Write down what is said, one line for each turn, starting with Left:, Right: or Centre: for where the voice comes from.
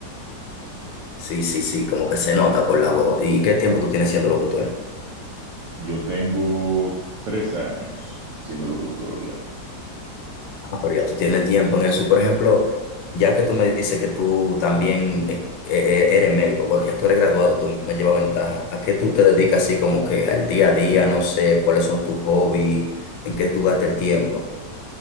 Left: Sí, sí, sí, como que se nota por la voz. ¿Y qué tiempo tú tienes siendo locutor?
Right: Yo tengo tres años siendo locutor ya.
Left: Ah, pero ya tú tienes tiempo en eso. Y por ejemplo, ya que tú me dices que tú también eh, eh, eres médico, bueno, ya tú eres graduado, tú me llevas ventaja. ¿A qué tú te dedicas así como que al día a día? No sé, ¿cuáles son tus hobbies? ¿En qué tú gastas el tiempo?